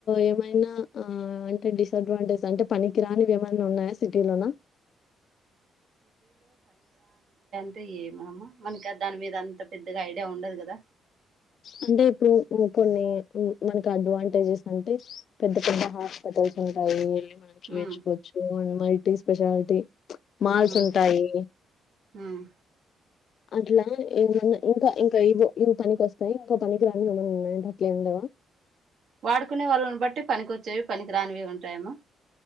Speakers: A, on the left (about 60°); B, on the right (about 65°).
A: ఏమైనా ఆ అంటే డిసడ్వాంటేజ్ అంటే పనికి రానివి ఏమైనా ఉన్నాయా సిటీలోన
B: ఉంటాయి మామ మనకు దాని మీద అంత అంత పెద్దగా ఐడియా ఉండదు కదా
A: అంటే ఇప్పుడు కొన్ని మనకి అడ్వాంటేజస్ అంటే పెద్ద పెద్ద హాస్పిటల్స్ ఉంటాయి మనం చూయించుకోవచ్చు
B: ఉమ్
A: మై టి స్పెషాలిటీ మాల్స్
B: ఉమ్
A: ఉంటాయి
B: ఉమ్
A: అట్లా ఏమన్నా ఇంకా ఇంకా ఇవో ఇవి పనికి వస్తాయి ఇంకా పనికి రానివి ఏమన్నా ఉన్నాయంటే అట్లే ఏమె ఉండవా
B: వాడుకునే వాళ్ళ బట్టి పనికి వచ్చేవి పనికి రానివి ఉంటాయి అమ్మ